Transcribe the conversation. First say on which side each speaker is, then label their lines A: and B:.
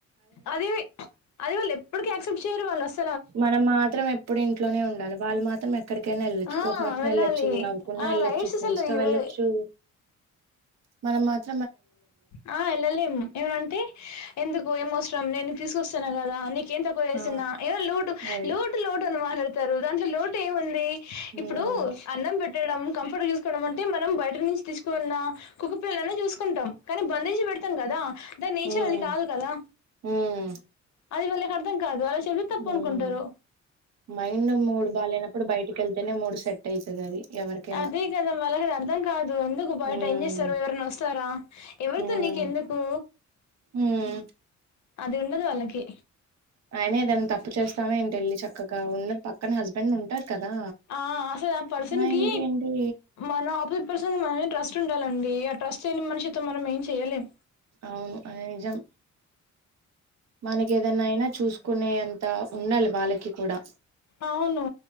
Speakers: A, on the left; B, on the right.
A: అది అది వాళ్ళు ఎప్పటికి యాక్సెప్ట్ చేయరు వాళ్ళు అస్
B: మనం మాత్రం ఎప్పుడు ఇంట్లోనే ఉండాలి వాళ్ళు మాత్రం ఎ ఎక్కడికైనా వెళ్ళొచ్చు
A: ఆ!
B: కోపం వచ్చిన
A: వెళ్ళాలి.
B: వెళ్ళొచ్చు నవ్వుకున్నా
A: ఆ
B: వెళ్ళచ్చు
A: రైట్స్
B: ఫ్రెండ్స్
A: అసలు
B: తో
A: ఇవి
B: వెళ్ళొచ్చు మనం మాత్
A: ఆ వెళ్ళలేం ఏమనంటే ఎందుకు ఏమవసరం నేను తీసుకొస్తున్న కదా నిక్ కేం తక్కువ చేస్తున్న
B: ఆ
A: ఏదో లోటు
B: అది
A: లోటు లోటు అని మాట్లాడుతారు దాంట్లో లోటు ఏముంది ఇప్పుడు
B: ఉమ్
A: అన్నం పెట్ ట్టడం కంఫర్ట్ చూసుకోవడం అంటే మనం బయట నుంచి తీసుకున్న కుక్క పిల్లనే చూసుకుంటాం కానీ బంధించి పెడుతాం కదా దాని నేచర్
B: ఉమ్
A: అది కాదు కదా
B: ఉమ్
A: అది వాళ్ళకి అర్థం కాద అలా చెప్తే తప్పునుకుంటారు
B: ఉమ్ మైండ్ మూడు బాగాలేనప్పుడు బయటకి వెళ్తేనే మూడు సెట్ అయితది అది ఎవరికైనా
A: అదే కదా వాళ్ళకి అది అర్థం కాదు ఎందుకు బాయట
B: ఉమ్
A: ఎం చేస్తారు ఎవరైనా వస్తారా ఎవరితో
B: ఉమ్
A: నీకెందుకు
B: ఉమ్
A: అదుండదు వాళ్ళకి
B: అయినా ఏదన్న తప్పు చేస్తామ ఇంటికి ఎల్లి చక్కగా ఉన్నది పక్కన హస్బెండ్ ఉంటార్ కదా,
A: ఆ అసలు పర్సన్
B: ఆ
A: కి
B: ఇంకేంటి
A: మన ఆపోజిట్ పర్సన్ మన మీద ట్రస్ట్ ఉండాలండి, ఆ ట్రస్ట్ లేని మనిషితో మనం ఏం చెయ్యలేం.
B: అవును అ నిజం మనకి ఏదన్నా అయినా చూసుకునే అంత ఉండాలి వాళ్ళకి కూడా
A: అవును,